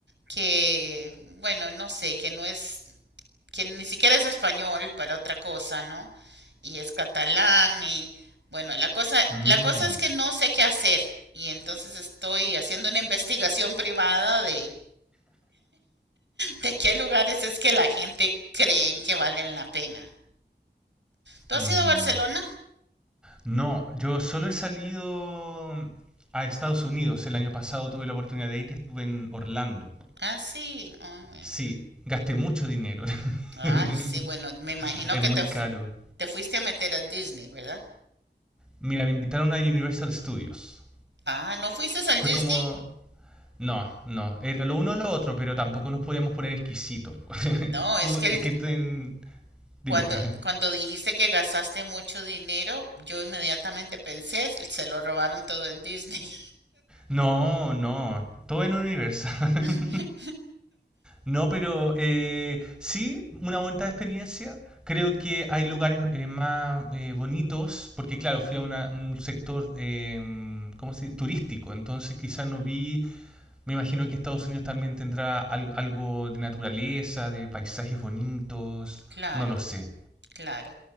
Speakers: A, on the right; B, in the centre.
A: que, bueno, no sé, que no es, que ni siquiera es español para otra cosa, ¿no? Y es catalán y, bueno, la cosa,
B: Mm,
A: la cosa es que no sé qué hacer. Y entonces estoy haciendo una investigación privada de ¿De qué lugares es que la gente creen que valen la pena? ¿Tú has
B: mm.
A: ido a Barcelona?
B: No, yo solo he salido a Estados Unidos. El año pasado tuve la oportunidad de ir y estuve en Orlando.
A: Ah, sí. Ah, bueno.
B: Sí, gasté mucho dinero.
A: Ay,
B: <laughs>
A: sí, bueno, me imagino
B: es
A: que
B: muy
A: te,
B: caro.
A: fu- te fuiste a meter a Disney, ¿verdad?
B: Mira, me invitaron a Universal Studios.
A: Ah, ¿no fuiste al
B: Fue
A: Disney?
B: como... No, no, era lo uno o lo otro, pero tampoco nos podíamos poner exquisitos. pues.
A: No,
B: <laughs>
A: es
B: Tú,
A: que
B: es
A: el-
B: que ten- Dime.
A: cuando,
B: <laughs>
A: cuando dijiste que gastaste mucho dinero, yo inmediatamente pensé, se lo robaron todo en Disney.
B: No, no, todo en Universal. <laughs>
A: <laughs>
B: No, pero eh, sí, una bonita experiencia. Creo que hay lugares eh, más eh, bonitos, porque claro, fui a una- un sector eh, ¿cómo se dice? turístico, entonces quizás no vi Me imagino que Estados Unidos también tendrá al- algo de naturaleza, de paisajes bonitos,
A: Claro,
B: no lo sé.
A: claro.